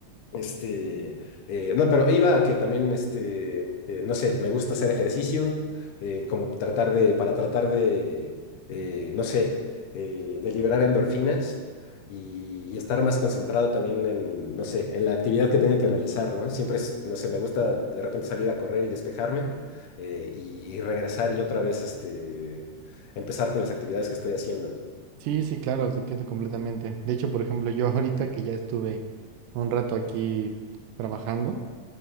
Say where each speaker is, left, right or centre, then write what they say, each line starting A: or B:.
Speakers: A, on the left; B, on the right.
A: Este, eh, no, pero iba a que también, este, eh, no sé, me gusta hacer ejercicio, eh, como tratar de, para tratar de, eh, no sé, eh, de liberar endorfinas y, y estar más concentrado también en, no sé, en la actividad que tenga que realizar, ¿no? Siempre es, no sé, me gusta de repente salir a correr y despejarme eh, y y regresar y otra vez, este, empezar con las actividades que estoy haciendo.
B: Sí, sí, claro, te entiendo completamente. De hecho, por ejemplo, yo <laughs> ahorita que ya estuve un rato aquí trabajando,